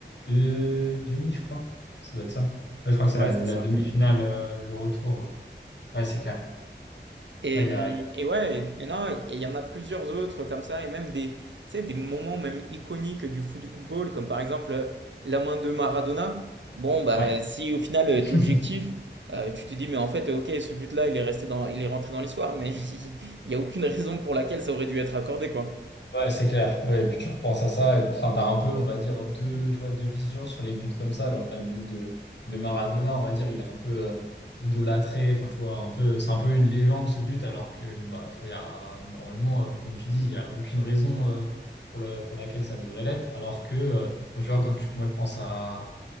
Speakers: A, on the left; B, on the right.
A: deux- demi, je crois. Ça doit être ça. Ouais, je crois que c'est
B: Ouais,
A: la,
B: c'est
A: la
B: ça.
A: Ouais. demi-finale, euh, le retour. Ouais, c'est clair.
B: Et,
A: Ouais, il
B: hum,
A: y a...
B: et ouais, et, et non, et il y en a plusieurs autres comme ça, et même des, tu sais, des moments même iconiques du football, comme par exemple euh, la main de Maradona. Bon, bah,
A: ouais.
B: si au final euh,
A: <laughs>
B: t'es objectif, euh, tu te dis, mais en fait, euh, ok, ce but-là, il est resté dans, il est rentré dans l'histoire, mais <laughs> il n'y a aucune raison pour laquelle ça aurait dû être accordé, quoi.
A: Ouais, c'est clair. Ouais, et puis tu repenses à ça, et puis enfin, t'as un peu, on va dire, deux, tu vois, deux visions sur les buts comme ça. Alors, t'as le but de, de Maradona, on va dire, il est un peu euh, idolâtré. Enfin, tu vois, un peu, c'est un peu une légende ce but, alors que bah, enfin, il y a, normalement, euh, comme tu dis, il n'y a aucune raison euh, pour le, pour laquelle ça devrait l'être. Alors que, euh, moi, tu vois, quand tu- moi, je pense à